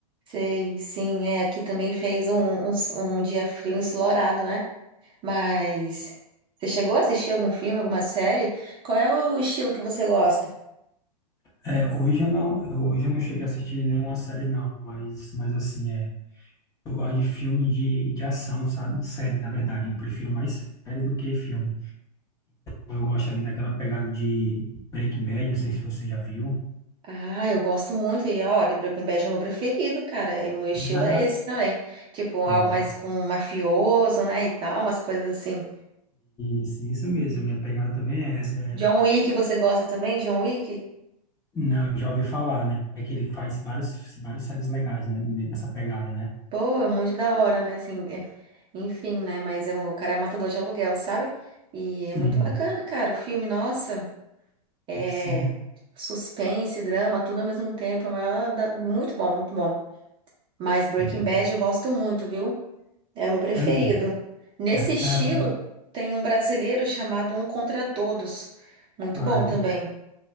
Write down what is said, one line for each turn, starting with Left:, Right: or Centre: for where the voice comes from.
Right: Sei, sim, é, aqui também fez um, um, um dia frio ensolarado, né? Mas você chegou a assistir algum filme, alguma série? Qual é o estilo que você gosta?
Left: É, hoje eu não hoje eu não cheguei a assistir nenhuma série não, mas mas assim é. Eu gosto de filme de, de ação, sabe? Série, na verdade, eu prefiro mais série do que filme. Eu gosto ali daquela pegada de Breaking Bad, não sei se você já viu.
Right: Ah, eu gosto muito e olha, Breaking Bad é o meu preferido, cara. E o meu estilo
Left: Ah,
Right: é esse também. Tipo,
Left: pois,
Right: algo mais com mafioso, né, e tal, umas coisas assim.
Left: Isso, isso mesmo. A minha pegada também é essa. é-
Right: John Wick, você gosta também? John Wick?
Left: não, eu já ouvi falar, né? É que ele faz vários, vários séries legais, né? ne- Nessa pegada, né?
Right: Pô, é muito da hora, né? Assim, é- enfim, né? Mas é um- o cara é matador de aluguel, sabe? E
Left: Sim,
Right: é muito bacana, cara. O filme, nossa, é
Left: sim,
Right: suspense, drama, tudo ao mesmo tempo. É o maior da- muito bom, muito bom. Mas
Left: sim.
Right: Breaking Bad eu gosto muito, viu? É o meu preferido.
Left: Também.
Right: Nesse
Left: Ah,
Right: estilo, tem um brasileiro chamado Um Contra Todos. Muito
Left: ah,
Right: bom
Left: é.
Right: também.